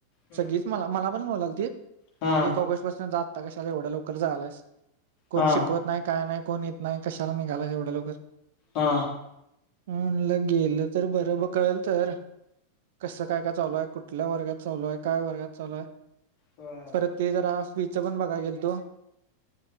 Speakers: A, on the left (about 40°); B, on the right (about 55°).
A: हम्म.
B: सगीच मला मला पण बोलाल ती
A: हा
B: एक ऑगस्ट पासून जात आता कशाला एवढ्या लवकर जायालास? कोण
A: हा
B: शिकवत नाही. काय नाही? कोण येत नाही? कशाला निघाला एवढ्या लवकर?
A: हा
B: हम म्हणलं गेलं तर बरं ब कळेल तर कसं काय काय चालूय? कुठल्या वर्गात चालू आहे? काय वर्गात चालूय?
A: होय.
B: परत ते जरा फीच पण बघा गेलो होतो.